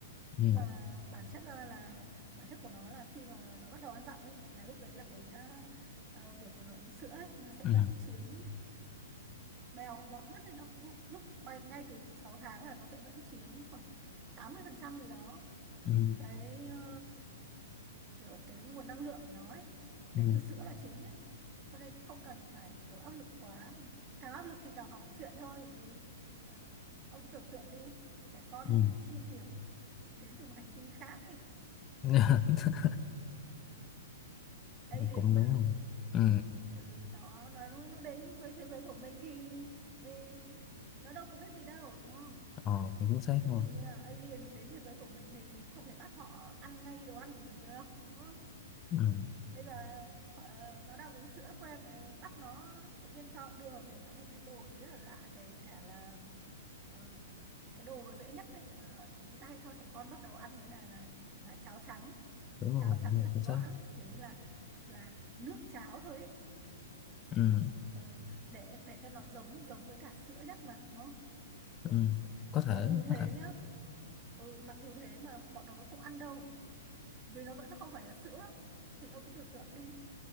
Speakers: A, on the left; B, on the right.
A: ừ.
B: và bản chất ra là bản chất của nó là khi mà nó bắt đầu ăn dặm ấy là lúc đấy là cái à, à, việc mà nó uống sữa ấy, nó sẽ
A: Ừ.
B: vẫn chiếm bèo bọt nhất thì nó cũng lúc, lúc bay ngay từ 6 tháng là nó sẽ vẫn chiếm khoảng 80 phần trăm gì đó
A: Ừ.
B: cái ờ, kiểu cái nguồn năng lượng của nó ấy, đến
A: Ừ.
B: từ sữa là chính ấy cho nên cũng không cần phải kiểu áp lực quá càng áp lực thì càng hỏng chuyện thôi bởi vì ờ, ông cứ tưởng tượng đi trẻ con
A: Ừ.
B: thì nó cũng như kiểu đến từ một hành tinh khác ấy
A: <laughs>
B: alien
A: cũng
B: mà
A: đúng không ừ.
B: ừ, nó nó nó đến với thế giới của mình thì ừ, nó đâu có biết gì đâu đúng không
A: ờ, cũng chính xác
B: ví
A: không
B: dụ như là alien đến thế giới của mình thì mình không thể bắt họ ăn ngay đồ ăn của mình được đúng không
A: ừ.
B: bây giờ họ, nó đang uống sữa của em lại bắt nó tự nhiên cho đưa vào miệng nó một cái đồ gì rất là lạ kể cả là ờ, cái đồ mà dễ nhất đấy mà người ta hay cho trẻ con bắt đầu ăn là là là cháo trắng
A: đúng rồi
B: cháo trắng
A: đúng rồi
B: thật
A: chính
B: loãng
A: xác
B: kiểu như là là nước cháo thôi ấy.
A: ừ.
B: Ừ, để để cho nó giống giống với cả sữa nhất mà đúng không
A: Ừ. có thể
B: mặc dù thế
A: có thể
B: nhá ừ, mặc dù thế mà bọn nó vẫn không ăn đâu vì nó vẫn là không phải là sữa thì ông cứ tưởng tượng đi